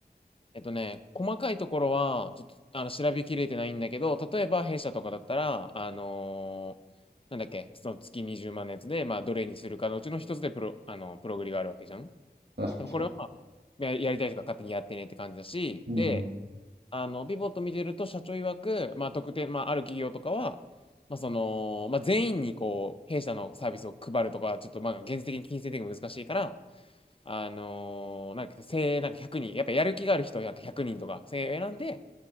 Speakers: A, on the left (about 35°); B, on the right (about 80°).
A: えっとね、細かいところは、ちょっと、あの、調べきれてないんだけど、例えば、弊社とかだったら、あのーなんだっけ、その月20万のやつで、まあ、どれにするかのうちの一つでプロ、あの、プログリがあるわけじゃん。だからこれは、
B: 確かに確か
A: まあや、やりたいとか勝手にやってねって感じだし、
B: に。
A: で、
B: うんうん。
A: あの、ビボット見てると、社長曰く、まあ、特定、まあ、ある企業とかは、まあ、その、まあ、全員に、こう、弊社のサービスを配るとか、ちょっと、まあ、現実的に金銭的に難しいから、あのーなんか精鋭なんか1人、やっぱやる気がある人はなんか100人とか、精鋭選んで、